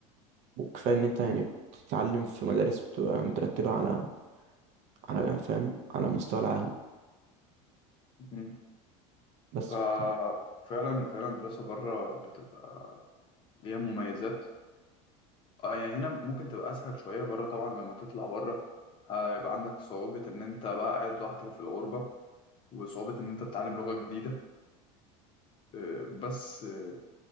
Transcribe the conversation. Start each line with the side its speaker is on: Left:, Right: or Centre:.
Right: وكفاية ان انت يعني بتتعلم في مدارس بتبقى مترتبة على على فاهم على مستوى العالم
Left: مم.
Right: بس
Left: ففعلا
Right: فت-
Left: فعلا فعلا الدراسة بره بتبقى ليها مميزات اه يعني هنا ممكن تبقى أسهل شوية بره طبعا لما تطلع بره هيبقى عندك صعوبة إن أنت بقى قاعد لوحدك في الغربة وصعوبة إن أنت بتتعلم لغة جديدة آه، بس آه،